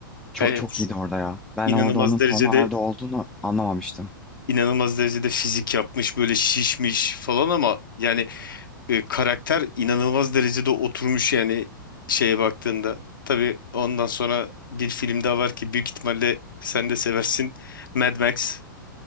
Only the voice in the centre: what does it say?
Çok
çok iyiydi orada ya. Ben
orada onun
Tom Hardy olduğunu anlamamıştım.